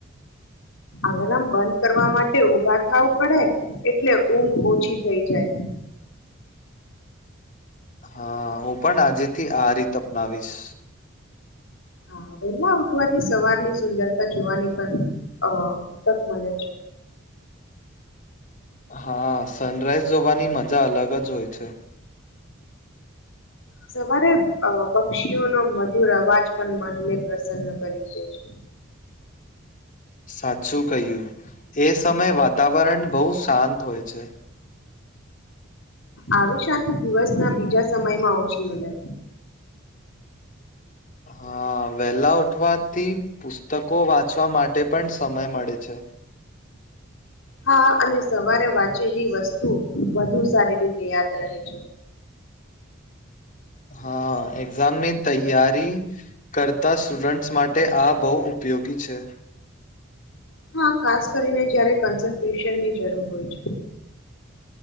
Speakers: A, on the left; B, on the left.
A: અલાર્મને બંધ કરવા માટે ઉભા થાવ પડે એટલે ઊંઘ ઓછી થઈ જાય
B: હા હું પણ આજેથી આ રીત અપનાવીશ
A: હા વહેલા ઉઠવાથી સવારની સુંદરતા જોવાની પણ અ તક મળે છે
B: હા સનરાઈઝ જોવાની માજા અલગ જ હોય છે
A: સવારે પક્ષીઓનો મધુર અવાજ પણ મનને પ્રસન્ન કરી દે છે
B: સાચું કહ્યું એ સમયે વાતાવરણ બહુ શાંત હોય છે
A: આવી શાંતિ દિવસ ના બીજા સમયમાં ઓછી મળે
B: હા વેલા ઉઠવાથી પુસ્તકો વાંચવા માટે પણ સમય મળે છે
A: હા અને સવારે વાંચેલી વસ્તુ વધુ સારી રીતે યાદ રહે છે
B: હા એક્ઝામની તૈયારી કરતા સ્ટુડન્ટસ માટે આ બહુ ઉપયોગી છે.
A: હા ખાસ કરીને જયારે કન્સલ્ટ્રેશનની જરૂર હોય છે.